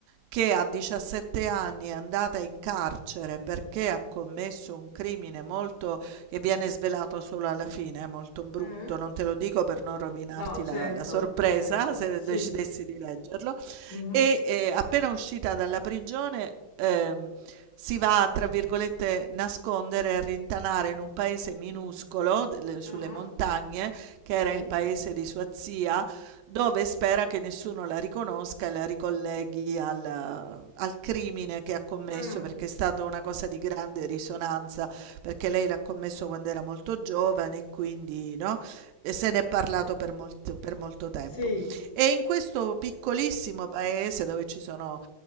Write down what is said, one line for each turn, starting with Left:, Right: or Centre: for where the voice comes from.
Right: che a 17 anni è andata in carcere perché ha commesso un crimine molto, che viene svelato solo alla fine, è molto brutto,
Left: Mm?
Right: non te lo dico per non rovinarti
Left: No, certo,
Right: la, la sorpresa
Left: certo,
Right: se
Left: sì.
Right: decidessi di leggerlo,
Left: Mhm.
Right: e eh, appena uscita dalla prigione ehm, si va, a, tra virgolette, nascondere e rintanare in un paese minuscolo, delle- sulle
Left: Mhm.
Right: montagne, che era
Left: Sì.
Right: il paese di sua zia, dove spera che nessuno la riconosca e la ricolleghi al, al crimine che ha commesso,
Left: Mm.
Right: perché è stata una cosa di grande risonanza, perché lei l'ha commesso quando era molto giovane e quindi no? e se ne è parlato per molto, per molto tempo.
Left: Sì.
Right: E in questo piccolissimo paese dove ci sono